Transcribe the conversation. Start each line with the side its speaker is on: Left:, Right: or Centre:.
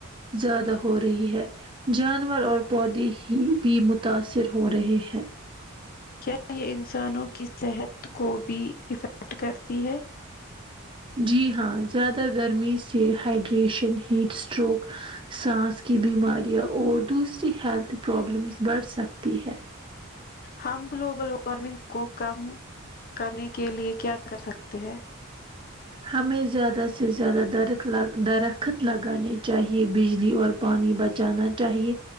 Right: زیادہ ہو رہی ہے جانور اور پودے ہی بھی متاثر ہو رہے ہیں
Left: کیا یہ انسانوں کی صحت کو بھی افیکٹ کرتی ہے
Right: جی ہاں زیادہ گرمی سے ہائڈریشن ہیٹ اسٹروک سانس کی بیماریاں اور دوسری ہیلتھ پرابلمس بڑھ سکتی ہے
Left: ہم گلوبل وارمنگ کو کم کرنے کے لیے کیا کر سکتے ہیں
Right: ہمیں زیادہ سے زیادہ درت درخت لگانانی چاہیے بجلی اور پانی بچانا چاہیے